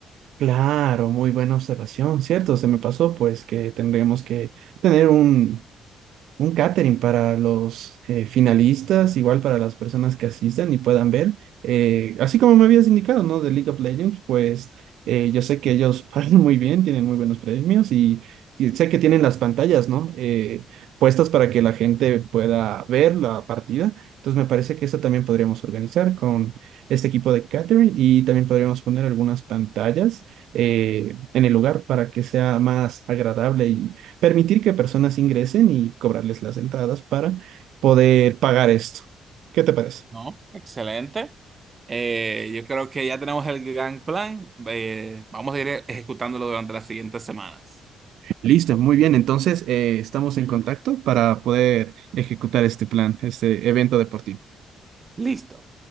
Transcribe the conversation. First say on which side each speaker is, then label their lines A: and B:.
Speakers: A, on the right; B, on the right.
A: Claro, muy buena observación, ¿cierto? Se me pasó pues que tendremos que tener un un catering para los eh, finalistas, igual para las personas que asistan y puedan ver. Eh, así como me habías indicado, ¿no? De League of Legends, pues eh, yo sé que ellos <laughs> pagan muy bien, tienen muy buenos premios y, y sé que tienen las pantallas, ¿no? Eh, puestas para que la gente pueda ver la partida. Entonces me parece que eso también podríamos organizar con este equipo de catering y también podríamos poner algunas pantallas eh, en el lugar para que sea más agradable permitir que personas ingresen y cobrarles las entradas para poder pagar esto. ¿Qué te parece?
B: ¿No? Excelente. Eh, yo creo que ya tenemos el gran plan. Eh, vamos a ir ejecutándolo durante las siguientes semanas.
A: Listo, muy bien. Entonces, eh, estamos en contacto para poder ejecutar este plan, este evento deportivo.
B: Listo.